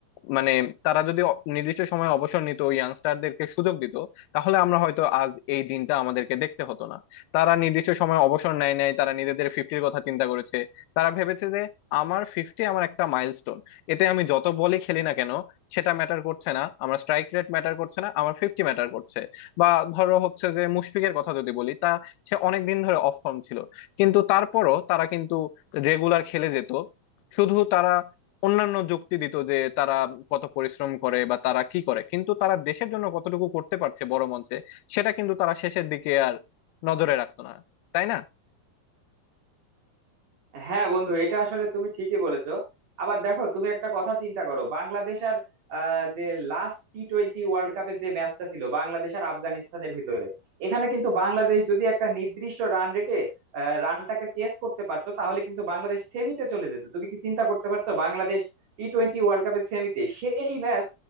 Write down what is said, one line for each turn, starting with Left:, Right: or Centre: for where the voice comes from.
Left: মানে তারা যদি অ- নির্দিষ্ট সময়ে অবসর নিত ইয়াংস্টারদেরকে সুযোগ দিত তাহলে আমরা হয়তো আজ এই দিনটা আমাদেরকে দেখতে হতো না তারা নির্দিষ্ট সময়ে অবসর নেয় নাই তারা নিজেদের ফিফটির কথা চিন্তা করেছে তারা ভেবেছে যে আমার ফিফটি আমার একটা মাইলস্টোন এতে আমি যত বলই খেলি না কেন সেটা ম্যাটার করছে না আমার স্ট্রাইক রেট ম্যাটার করছে না আমার ফিফটি ম্যাটার করছে বা ধরো হচ্ছে যে মুশফিকের কথা যদি বলি তা সে অনেক দিন ধরে অফ ফর্ম ছিল কিন্তু তারপরও তারা কিন্তু রেগুলার খেলে যেত শুধু তারা অন্যান্য যুক্তি দিত যে তারা কত পরিশ্রম করে বা তারা কি করে কিন্তু তারা দেশের জন্য কতটুকু করতে পারছে বড় মঞ্চে সেটা কিন্তু তারা শেষের দিকে আর নজরে রাখতো না তাই না
Right: হ্যাঁ বন্ধু এটা আসলে তুমি ঠিকই বলেছো আবার দেখো তুমি একটা কথা চিন্তা করো বাংলাদেশ আর আহ, যে লাস্ট টি টোয়েন্টি ওয়ার্ল্ড কাপের যে ম্যাচটা ছিল বাংলাদেশ আর আফগানিস্তানের ভিতরে এখানে কিন্তু বাংলাদেশ যদি একটা নির্দিষ্ট রান রেটে রানটাকে চেস করতে পারতো তাহলে কিন্তু বাংলাদেশ সেমিতে চলে যেত তুমি কি চিন্তা করতে পারছো বাংলাদেশ টি টোয়েন্টি ওয়ার্ল্ড কাপের সেমিতে সেই ম্যাচ